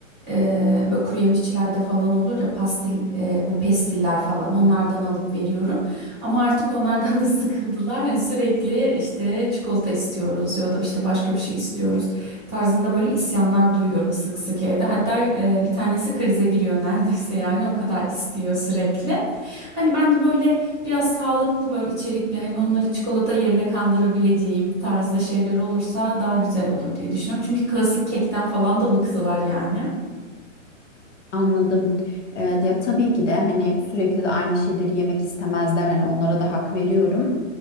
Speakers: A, in the centre; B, on the left (about 65°).
A: e, böyle kuru yemişçilerde falan olur ya pastil e, bu pestiller falan onlardan alıp veriyorum. Ama artık onlardan da <laughs> sıkıldılar. Hani sürekli işte çikolata istiyoruz ya da işte başka bir şey istiyoruz tarzında böyle isyanlar duyuyorum sık sık evde. Hatta e, bir tanesi krize giriyor neredeyse yani o kadar istiyor sürekli. Hani ben de böyle biraz sağlıklı böyle içerikli hani onları çikolata yerine kandırabileceğim tarzda şeyler olursa daha güzel olur diye düşünüyorum. Çünkü klasik kekten falan da bıktılar yani.
B: Anladım. Ee, ya tabii ki de hani sürekli de aynı şeyleri yemek istemezler. Hani onlara da hak veriyorum.